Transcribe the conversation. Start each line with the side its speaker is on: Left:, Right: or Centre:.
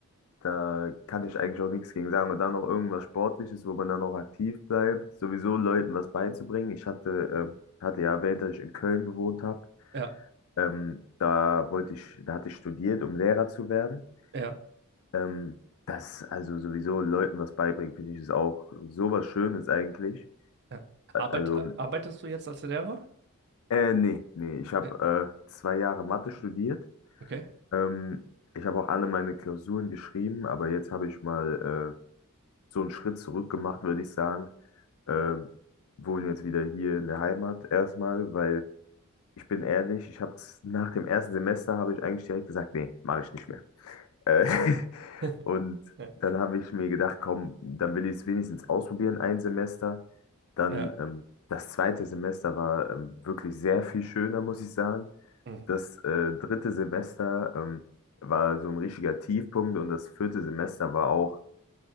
Left: da kann ich eigentlich auch nichts gegen sagen. Und dann noch irgendwas Sportliches, wo man dann noch aktiv bleibt, sowieso Leuten was beizubringen. Ich hatte, ähm, hatte ja erwähnt, dass ich in Köln gewohnt habe.
Right: ja,
Left: Ähm, da wollte ich, da hatte ich studiert, um Lehrer zu werden.
Right: ja,
Left: Ähm, das also sowieso Leuten was beibringen, finde ich, ist auch sowas Schönes eigentlich.
Right: ja.
Left: Also
Right: Arbeit, äh, arbeitest du jetzt als Lehrer?
Left: Äh, nee, nee, ich habe
Right: Äh,
Left: äh, zwei Jahre Mathe studiert.
Right: Okay.
Left: Ähm, ich habe auch alle meine Klausuren geschrieben, aber jetzt habe ich mal äh, so einen Schritt zurück gemacht, würde ich sagen. Ähm, wohne jetzt wieder hier in der Heimat erstmal, weil ich bin ehrlich, ich habe nach dem ersten Semester habe ich eigentlich direkt gesagt, nee, mache ich nicht mehr. Äh, <laughs>
Right: <laughs>
Left: und
Right: Ja,
Left: dann habe ich mir gedacht, komm, dann will ich es wenigstens ausprobieren, ein Semester. Dann
Right: ja,
Left: ähm, das zweite Semester war ähm, wirklich sehr viel schöner, muss ich sagen.
Right: mhm.
Left: Das äh, dritte Semester ähm, war so ein richtiger Tiefpunkt und das vierte Semester war auch